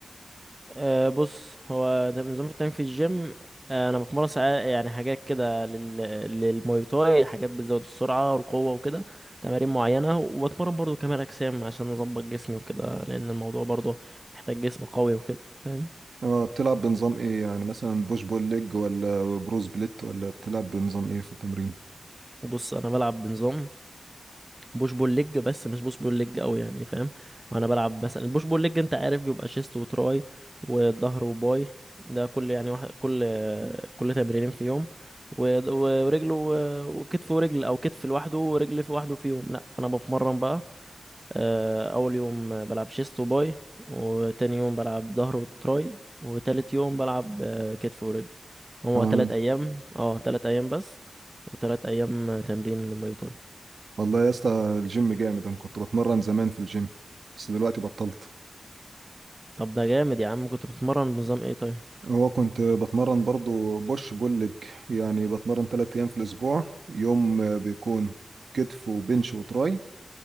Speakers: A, on the right; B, on the right.
A: أه بص هو ده نظام التمرين في الجيم آه، انا بتمرن ساعات يعني حاجات كده لل... للماي تاي حاجات بتزود السرعه والقوه وكده تمارين معينه وبتمرن برضو كمال اجسام عشان اظبط جسمي وكده لان الموضوع برضو محتاج جسم قوي وكده فاهم
B: اه بتلعب بنظام ايه يعني مثلا بوش بول ليج ولا بروز بليت ولا بتلعب بنظام ايه في التمرين
A: بص انا بلعب بنظام بوش بول ليج بس مش بوش بول ليج قوي يعني فاهم وانا بلعب مثلا البوش بول ليج انت عارف بيبقى شيست وتراي وظهر وباي ده كل يعني واحد كل كل تمرينين في يوم و- و- ورجل و- وكتف ورجل او كتف لوحده ورجل في لوحده في يوم لا انا بتمرن بقى آه، اول يوم بلعب شيست وباي وتاني يوم بلعب ظهر وتراي وتالت يوم بلعب آه، كتف ورجل هو
B: اه
A: تلات ايام اه تلات ايام بس وتلات ايام تمرين ماي تاي
B: والله يا اسطى الجيم جامد انا كنت بتمرن زمان في الجيم بس دلوقتي بطلت
A: طب ده جامد يا عم كنت بتتمرن بنظام ايه طيب
B: هو كنت بتمرن برضو بوش بول ليج يعني بتمرن تلات ايام في الاسبوع يوم آه، بيكون كتف وبنش وتراي